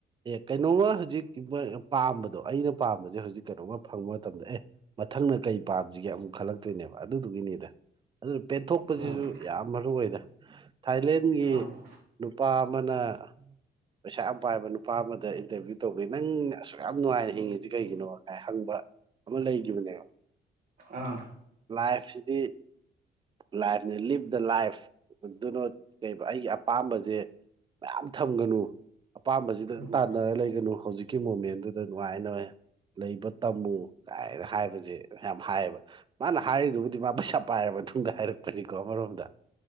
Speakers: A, on the right; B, on the right.
A: ꯑꯦ ꯀꯩꯅꯣꯃ ꯍꯧꯖꯤꯛ ꯄꯥꯝꯕꯗꯣ ꯑꯩꯅ ꯄꯥꯝꯕꯁꯦ ꯍꯧꯖꯤꯛ ꯀꯩꯅꯣꯝꯃ ꯐꯪꯕ ꯃꯇꯝꯗ ꯑꯦ ꯃꯊꯪꯅ ꯀꯩ ꯄꯥꯁꯤꯒꯦ ꯑꯃꯨꯛ ꯈꯜꯂꯛꯇꯣꯏꯅꯦꯕ ꯑꯗꯨꯗꯨꯒꯤꯅꯤꯗ ꯑꯗꯨꯅ ꯄꯦꯟꯊꯣꯛꯄꯁꯤꯁꯨ
B: ꯃꯥꯅꯤ
A: ꯌꯥꯝ ꯃꯔꯨ ꯑꯣꯏꯗ ꯊꯥꯏꯂꯦꯟꯒꯤ
B: ꯃꯥꯅꯤ
A: ꯅꯨꯄꯥ ꯑꯃꯅ ꯄꯩꯁꯥ ꯌꯥꯝ ꯄꯥꯏꯕ ꯅꯨ ꯅꯨꯄꯥ ꯑꯃꯗ ꯏꯟꯇꯔꯚꯤꯌꯨ ꯇꯧꯕꯤ ꯅꯪꯅ ꯑꯁꯨꯛ ꯌꯥꯝ ꯅꯨꯡꯉꯥꯏꯅ ꯍꯤꯡꯉꯤꯁꯤ ꯀꯩꯒꯤꯅꯣ ꯍꯪꯕ ꯑꯃ ꯂꯩꯈꯤꯕꯅꯦꯕ
B: ꯑꯥ
A: ꯂꯥꯏꯐꯁꯤꯗꯤ ꯂꯥꯏꯐꯅꯦ ꯂꯤꯞ ꯗ ꯂꯥꯏꯐ ꯑꯗꯨꯅꯣꯠ ꯀꯩꯕ ꯑꯩꯒꯤ ꯑꯄꯥꯝꯕꯁꯦ ꯃꯌꯥꯝ ꯊꯝꯒꯅꯨ ꯑꯄꯥꯝꯕꯁꯤꯗ
B: ꯎꯝ
A: ꯇꯥꯟꯅꯔ ꯂꯩꯒꯅꯨ ꯍꯧꯖꯤꯛ ꯍꯧꯀꯤ ꯃꯣꯃꯦꯟꯗꯨꯗ ꯅꯨꯡꯉꯥꯏꯅꯔ ꯂꯩꯕ ꯇꯝꯃꯨ ꯀꯥꯏꯅ ꯍꯥꯏꯕꯁꯦ ꯌꯥꯝ ꯍꯥꯏꯌꯦꯕ ꯃꯥꯅ ꯍꯥꯏꯔꯤꯗꯨꯕꯨꯗꯤ ꯃꯥ ꯄꯩꯁꯥ ꯄꯥꯏꯔꯕ ꯃꯇꯨꯡꯗ ꯍꯥꯏꯔꯛꯄꯅꯤꯀꯣ ꯑꯃꯔꯣꯝꯗ